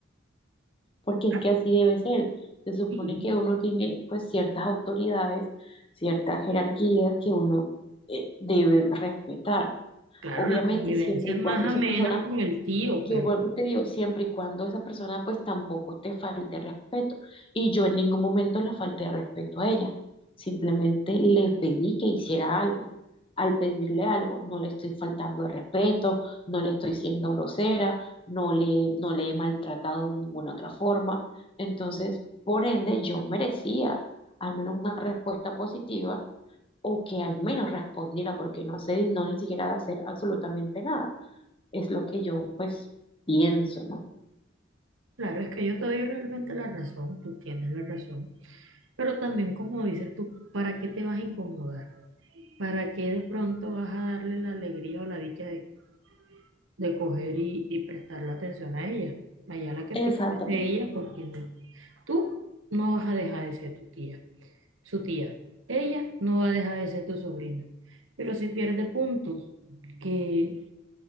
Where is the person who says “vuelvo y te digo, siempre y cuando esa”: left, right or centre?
Left